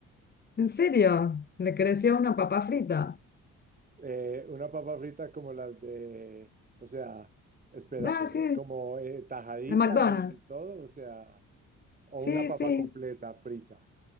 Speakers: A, on the left (about 35°); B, on the right (about 30°).
A: ¿En serio? ¿Le creció una papa frita?
B: Eh, una papa frita como las de, o sea, espérate,
A: Ah, sí,
B: como eh, tajadita
A: de McDonald's.
B: y todo, o sea, o
A: Sí,
B: una papa
A: sí.
B: completa frita,